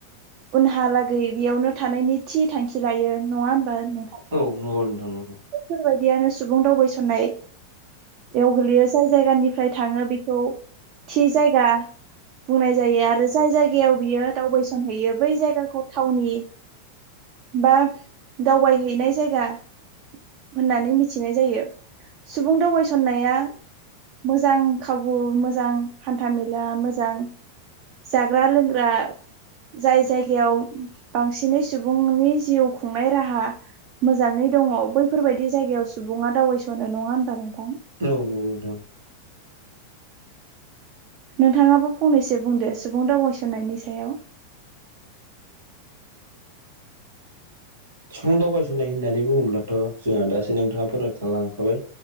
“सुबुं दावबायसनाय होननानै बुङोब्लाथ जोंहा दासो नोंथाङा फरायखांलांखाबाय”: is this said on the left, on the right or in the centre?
Right